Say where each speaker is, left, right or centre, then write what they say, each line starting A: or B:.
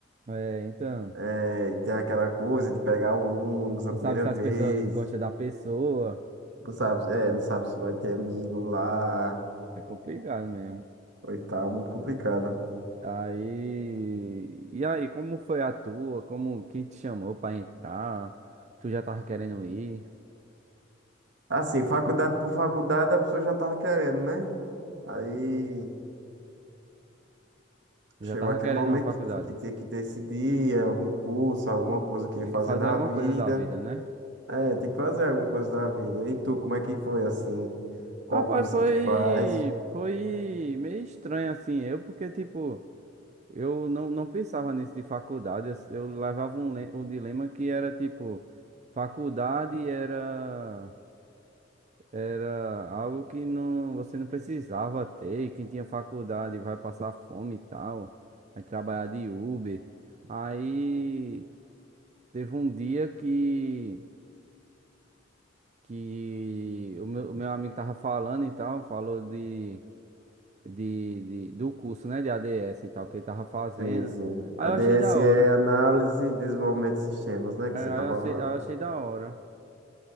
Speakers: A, on the right; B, on the right.
A: É, então,
B: É, tem aquela coisa de pegar o ônibus a
A: não
B: primeira
A: sabe se as
B: vez,
A: pessoas gostam da pessoa.
B: não sabe, é, não sabe se vai ter amigo lá.
A: É complicado mesmo.
B: Oitava, muito complicado.
A: Aí, e aí, como foi a tua? Como quem te chamou pra entrar? Tu já tava querendo ir?
B: Assim, faculdade por faculdade, a pessoa já tava querendo, né? Aí
A: Tu
B: chegou
A: já tava
B: aquele
A: querendo
B: momento
A: uma faculdade?
B: que, que tinha que decidir é, algum curso, alguma coisa que
A: Tinha
B: ia fazer
A: que fazer
B: da
A: alguma
B: vida.
A: coisa da vida, né?
B: É, tem que fazer alguma coisa da vida. E tu, como é que foi assim? Qual
A: Rapaz,
B: curso
A: foi
B: que tu faz?
A: foi meio estranho assim, eu porque tipo, eu não, não pensava nisso de faculdade, eu, eu levava um le- um dilema que era tipo, faculdade era Era algo que não, você não precisava ter. e Quem tinha faculdade vai passar fome e tal. Vai trabalhar de Uber. Aí teve um dia que, que o meu, o meu amigo tava falando e tal, falou de, de, de- do curso, né, de ADS e tal, que ele tava fazendo.
B: Sim, sim.
A: Aí
B: ADS
A: eu achei da hora.
B: é análise e desenvolvimento de sistemas, né?
A: Aí
B: Que você
A: aí
B: tá
A: eu
B: falando.
A: achei, aí eu achei da hora.